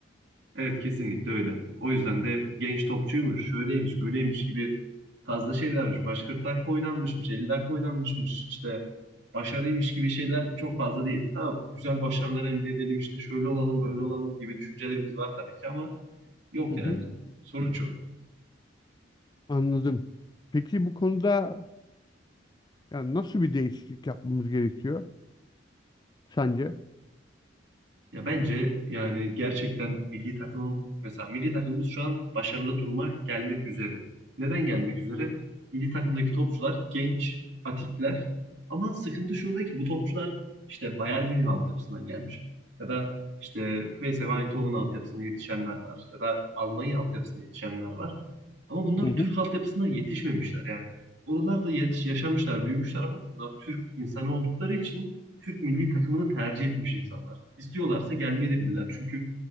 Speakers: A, on the right (about 70°); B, on the left (about 20°).
A: Evet kesinlikle öyle. O yüzden de genç topçuymuş, şöyleymiş, böyleymiş gibi fazla şeylermiş. Maç 40 dakika oynanmışmış, 50 dakika oynanmışmış. işte başarıymış gibi şeyler çok fazla değil. Tamam güzel başarılar elde edelim işte şöyle olalım, böyle olalım gibi düşüncelerimiz var tabii ki ama yok
B: Hı hı.
A: yani. Sonuç yok.
B: Anladım. Peki bu konuda yani nasıl bir değişiklik yapmamız gerekiyor sence?
A: Ya bence yani gerçekten milli takımın mesela milli takımımız şu an başarılı duruma gelmek üzere. Neden gelmek üzere? Milli takımdaki topçular genç, atikler ama sıkıntı şurada ki bu topçular işte Bayern Münih altyapısından gelmiş. Ya da işte PSV Eindhoven altyapısında yetişenler var. Ya da Almanya altyapısında yetişenler var. Ama bunlar
B: Hı
A: Türk altyapısında yetişmemişler yani. Oralarda yet- yaşamışlar, büyümüşler ama bunlar Türk insanı oldukları için Türk milli takımını tercih etmiş insanlar. İstiyorlarsa gelmeye de bilirler. Çünkü